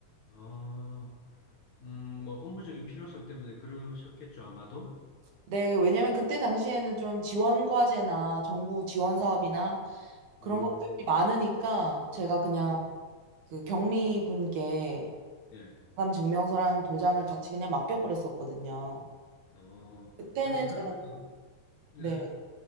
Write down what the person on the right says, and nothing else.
네, 왜냐면 그때 당시에는 좀 지원 과제나 정부 지원 사업이나 그런
것들이 많으니까 제가 그냥
그 격리 분께
마감 증명서랑 도장을 같이 그냥 맡겨버렸었거든요.
그때는
제가,
네.